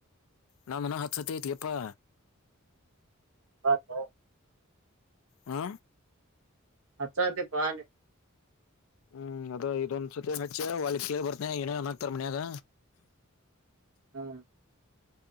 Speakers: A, on the left (about 70°); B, on the right (about 80°).
A: ನಾನ ಹತ್ಸತ್ತ ಐತಿಿಯಪ್ಪಾ
B: ಹ ಹ
A: ಹಾ
B: ಹ ಸದೆ ಬನ್
A: ಹ್ಮ್ ಅದ ಇದೊಂದ್ಸತಿನ್ ಹಚ್ಚ ಒಲಿ ಕೇಳಳ್ ಬರ್ತನೆ ಏನನ ಆಕ್ತಾರ್ ಮನ್ಯಾಗ
B: ಹ್ಮ್